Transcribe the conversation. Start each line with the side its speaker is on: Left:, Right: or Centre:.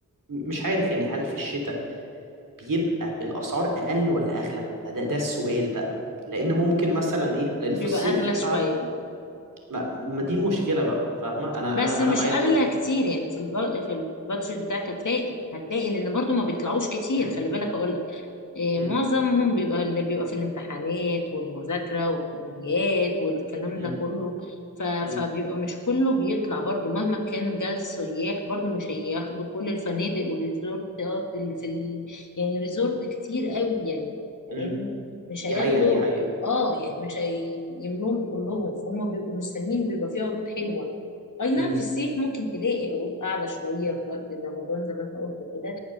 Right: مش عارف يعني هل في الشتاء بيبقى الاسعار اقل ولا اغلى ما ده ده السؤال بقى لان ممكن مثلا ايه لان
Left: بيبقى
Right: في الصيف
Left: أغلى
Right: احنا
Left: شوية
Right: عارفين ما, ما دي المشكله بقى فاهمه انا
Left: بس
Right: انا
Left: مش
Right: انا معايا
Left: اغلى
Right: بط...
Left: كتير يعني في الب... في البادجت بتاعك هتلاقي هتلاقي لان برضو ما بيطلعوش كتير
Right: م-
Left: خلي بالك اقول لك إيه،
Right: م-
Left: معظمهم بيبقى اللي بيبقى في الامتحانات والمذاكرة والكليات والكلام
Right: م-
Left: ده كله ف... فبيبقى
Right: م-
Left: مش كله بيطلع برضو مهما كان جه السياح برضو مش هياخدوا كل الفنادق والريزورتات اللي في ال... يعني ريزورت كتير قوي يعني فاهمني
Right: م-
Left: مش
Right: دي
Left: هياخدوا
Right: حقيقه دي حقيقه
Left: اه يعني مش هيملوهم كلهم فهم بيبقوا مستنيين بيبقى فيه عروض حلوة اي
Right: م-
Left: نعم في الصيف ممكن تلاقي عروض اعلى شوية في وقت رمضان زي ما انت قلت كده